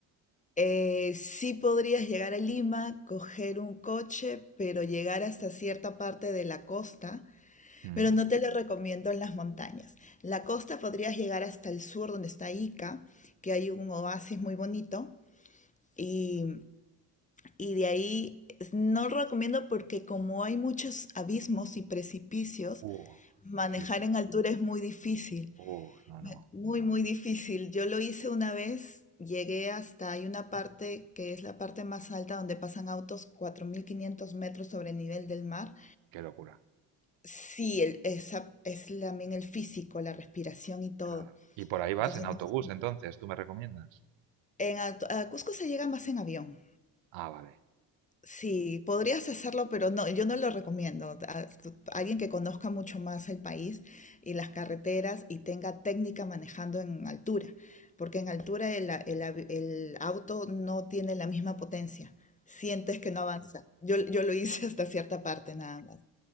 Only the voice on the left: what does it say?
eh, sí podrías llegar a Lima, coger un coche, pero llegar hasta cierta parte de la costa,
pero no te lo recomiendo en las montañas. La costa podrías llegar hasta el sur donde está Ica, que hay un oasis muy bonito. Y Y de ahí no lo recomiendo porque como hay muchos abismos y precipicios,
manejar
en altura es muy difícil,
muy, muy difícil. Yo lo hice una vez, llegué hasta, hay una parte que es la parte más alta donde pasan autos 4.500 metros sobre el nivel del mar.
Sí, el- esa es también el físico, la respiración y todo.
Entonces,
no es-
en, a, a Cusco se llega más en avión.
Sí, podrías hacerlo, pero no, yo no lo recomiendo. A- tu- Alguien que conozca mucho más el país y las carreteras y tenga técnica manejando en altura, porque en altura el, a- el avi- el auto no tiene la misma potencia. Sientes que no avanza. Yo, yo lo hice <laughs> hasta cierta parte nada más.